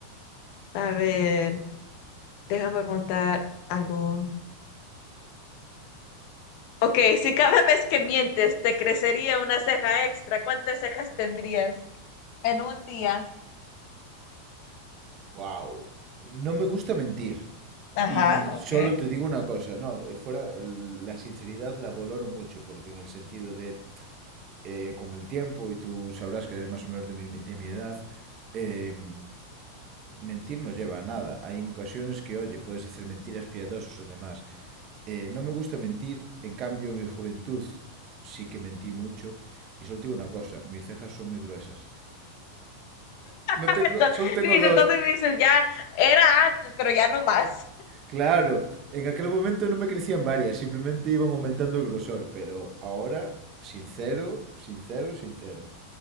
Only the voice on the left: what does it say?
a ver, déjame preguntar algo. Ok, si cada vez que mientes te crecería una ceja extra, ¿cuántas cejas tendrías en un día?
Ajá,
ok.
Ento-
Dice,
entonces dices, ya era antes, pero ya no más.